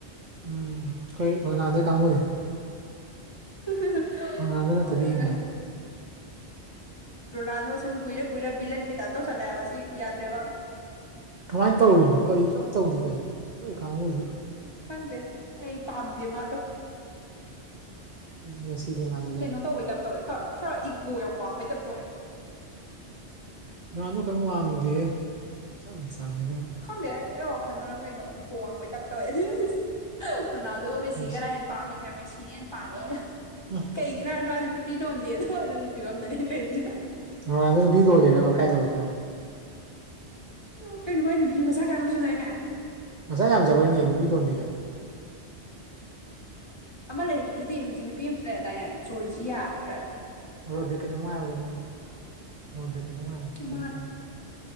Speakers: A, on the right; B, on the left.
A: ꯎꯝ ꯑꯩꯈꯣꯏ ꯔꯣꯅꯥꯟꯗꯣꯏ ꯀꯥꯡꯕꯨꯅꯦ
B: <unintelligible>
A: ꯔꯣꯅꯥꯜꯗꯣ ꯅꯠꯇ꯭ꯔꯗꯤ
B: <inaudible>
A: ꯌꯦꯡꯗꯕ
B: ꯔꯣꯅꯥꯟꯗꯣꯁꯤꯡ ꯀꯨꯏꯔ ꯀꯨꯏꯔ ꯕꯤꯂꯟ ꯒꯤ ꯇꯥꯏꯞ ꯇꯧꯁꯜꯂꯛꯑꯦꯕꯁꯤ ꯌꯥꯗ꯭ꯔꯦꯕ
A: ꯀꯃꯥꯏꯅ ꯇꯧꯔꯤꯅꯣ ꯀꯔꯤ ꯀꯝ ꯇꯧꯗꯦ ꯀꯩꯅꯣ ꯅꯣꯏ ꯀꯥꯡꯕꯨꯁꯤ
B: ꯎ ꯈꯪꯗꯦ ꯑꯩ ꯄꯥꯝꯗꯦ ꯃꯥꯗꯣ
A: ꯃꯦꯁꯤꯗ ꯉꯥꯡꯗ ꯂꯩ
B: ꯀꯩꯅꯣ ꯇꯧꯕꯩ ꯇꯥꯏꯞ ꯇꯧꯋꯦ ꯈꯔ ꯈꯔ ꯏꯒꯣ ꯌꯥꯝ ꯋꯥꯡꯕꯩ ꯇꯥꯏꯞ ꯇꯧꯋꯦ
A: ꯔꯣꯅꯥꯟꯗꯣ ꯀꯔꯤꯝ ꯋꯥꯡꯗꯦꯍꯦ ꯏꯆꯝ ꯆꯝꯃꯤꯗ
B: ꯈꯪꯗꯦ ꯑꯩ ꯋꯥꯈꯜꯅꯔ ꯀꯩꯅꯣ ꯏꯒꯣ ꯋꯥꯡꯕꯩ ꯇꯥꯏꯞ ꯇꯧꯋꯦ ꯔꯣꯅꯥꯜꯗꯣꯒ ꯃꯦꯁꯤꯒ
A: ꯃꯦꯁꯤ
B: ꯀꯥꯅꯍꯦꯟ ꯄꯝꯃꯤ ꯍꯥꯏꯕ ꯃꯦꯁꯤꯅ ꯍꯦꯟꯅ ꯄꯥꯝꯃꯤ
A: ꯎꯝ
B: ꯀꯩꯒꯤꯅꯣ ꯍꯥꯏꯔ ꯃꯗꯤ ꯅꯨꯄꯤ ꯂꯣꯟꯗꯦꯗꯣ ꯑꯗꯨ ꯐꯤꯕꯝꯗꯅꯦ ꯂꯩꯖꯤꯅ
A: ꯔꯣꯅꯥꯟꯗꯣ ꯅꯨꯄꯤ ꯂꯣꯜꯂꯤꯔꯕ ꯀꯥꯏꯂꯣꯜꯂꯤꯅꯣ
B: ꯎ ꯀꯩꯅꯣ ꯃꯥꯏ ꯅꯨꯄꯤ ꯃꯆꯥ ꯀꯌꯥꯅꯣꯝ ꯁꯨꯗꯥꯏꯅꯦ
A: ꯃꯆꯥ ꯌꯥꯝꯖꯕꯩꯅꯦ ꯅꯨꯄꯤ ꯂꯣꯟꯗꯦ ꯀꯥꯏ
B: ꯑꯃ ꯂꯩꯔꯝꯃꯤꯗꯨꯗꯤ ꯍꯧꯖꯤꯛ ꯅꯨꯄꯤ ꯑꯃꯁꯨ ꯂꯩꯔꯗꯥꯏꯅꯦ ꯖꯣꯔꯖꯤꯌꯥ ꯍꯥꯏꯕ꯭ꯔꯥ
A: <unintelligible> <inaudible>
B: ꯃꯥ